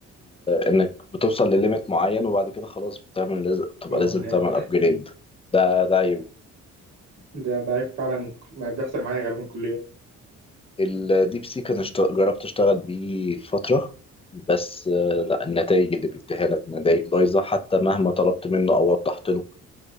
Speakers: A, on the left; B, on the right.
A: انك بتوصل لليميت معين وبعد كده خلاص بتعمل لازم بتبقى
B: اه
A: لازم
B: هي-
A: تعمل ابجريد ده ده عيب
B: ده ده فعلا ما بيحصل معايا غالبا كل يوم
A: الديب سيك انا اشت- جربت اشتغل بيه فتره بس آه، لا النتائج اللي بيديها لك نتائج بايظه حتى مهما طلبت منه او وضحت له